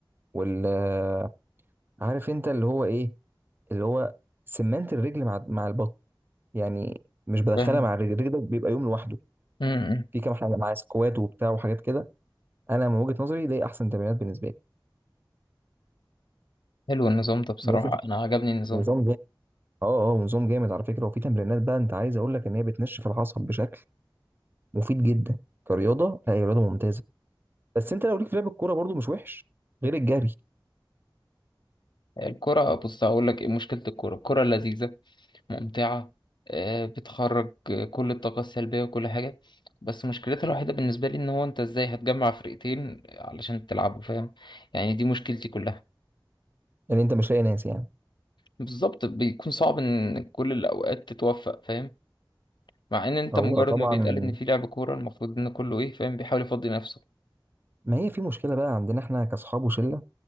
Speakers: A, on the right (about 25°); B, on the left (about 65°).
A: وال آه، عارف أنت اللي هو إيه اللي هو سمنت الرجل مع مع البطن يعني مش بدخلها
B: فاهم
A: مع الرجل الرجل ده بيبقى يوم لوحده
B: مم.
A: في كام حاجة معاه سكوات وبتاع وحاجات كده أنا من وجهة نظري دي أحسن تمرينات بالنسبة لي
B: حلو النظام ده بصراحه
A: بص،
B: انا عجبني النظام
A: نظام جامد اه اه نظام جامد على فكرة وفي تمرينات بقى أنت عايز أقول لك إن هي بتنشف العصب بشكل مفيد جدا كرياضه لا هي رياضه ممتازه بس انت لو ليك في لعب الكوره برضو مش وحش غير الجري
B: الكرة بص هقول لك ايه مشكلة الكرة الكرة لذيذة ممتعة آه، بتخرج كل الطاقة السلبية وكل حاجة بس مشكلتها الوحيدة بالنسبة لي إن هو أنت إزاي هتجمع فرقتين علشان تلعبوا فاهم يعني دي مشكلتي كلها
A: يعني انت مش لاقي ناس يعني
B: بالظبط بيكون صعب إن كل الأوقات تتوفق فاهم مع إن أنت
A: هو
B: مجرد
A: طبعا
B: ما بيتقال إن في لعب كورة المفروض إن كله إيه فاهم بيحاول يفضي نفسه
A: ما هي في مشكله بقى عندنا احنا كاصحاب وشله